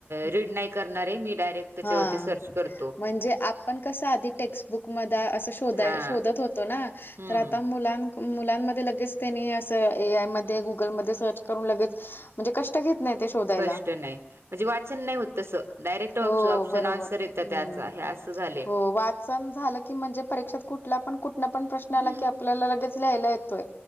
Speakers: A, on the right; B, on the left.
A: रीड नाही करणार आहे मी डायरेक्ट त्याच्यावरती
B: हा
A: सर्च करतो
B: म्हणजे आप आपण कसं आधी टेक्स्टबुक मध अस शोध
A: हा
B: शोधत होतो ना
A: हम्म
B: तर आता मुलां क मुलांमध्ये लगेच तेनी असं ए आयमध्ये गुगलमध्ये सर्च करून लगेच म्हणजे कष्ट घेत नाही ते शोधायला
A: कष्ट नाही म्हणजे वाचन नाही होत तसं. डायरेक्ट ऑप्शन
B: हो बरोबर
A: आन्सर
B: हम्म.
A: येतं त्याचा हे असं झाले
B: हो वाचन झालं की म्हणजे परीक्षात कुठला पण कुठन पण प्रश्न आला
A: हम्म
B: की आप आपल्याला लगेच लिहायला येतोय